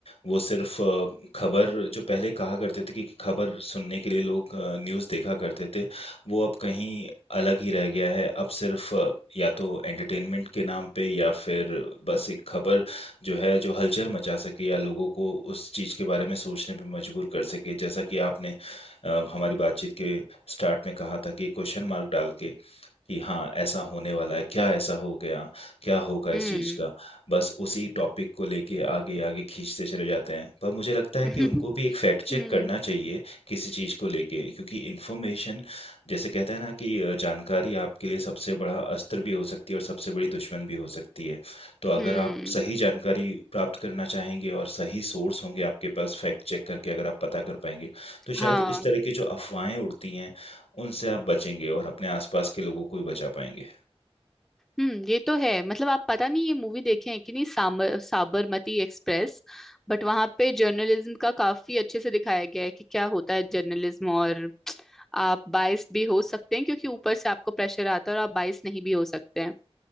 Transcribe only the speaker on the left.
वो सिर्फ़ अ, खबर जो पहले कहा करते थे कि खबर सुनने के लिए लोग अ, न्यूज़ देखा करते थे, वो अब कहीं अलग ही रह गया है। अब सिर्फ़ या तो एंटरटेनमेंट के नाम पे या फिर बस एक खबर जो है, जो हलचल मचा सके या लोगों को उस चीज़ के बारे में सोचने पे मजबूर कर सके। जैसा कि आपने अ, हमारी बातचीत के स्टार्ट में कहा था कि क्वेश्चन मार्क डाल के कि हाँ, ऐसा होने वाला है, क्या ऐसा हो गया? क्या होगा इस
चीज़ का? बस उसी टॉपिक को लेके आगे-आगे खींचते चले जाते हैं। पर मुझे लगता है
कि उनको भी एक फैक्ट चेक
करना चाहिए किसी चीज़ को लेके क्योंकि इन्फॉर्मेशन जैसे कहते हैं ना कि अ, जानकारी आपके लिए सबसे बड़ा अस्त्र भी हो सकती है और सबसे बड़ी दुश्मन भी हो सकती है। तो अगर
आप सही जानकारी प्राप्त करना चाहेंगे और सही सोर्स होंगे आपके पास फैक्ट चेक करके अगर आप पता कर पाएँगे, तो शायद
इस तरह की जो अफ़वाहें उड़ती हैं उनसे आप बचेंगे और अपने आसपास के लोगों को भी बचा पाएँगे।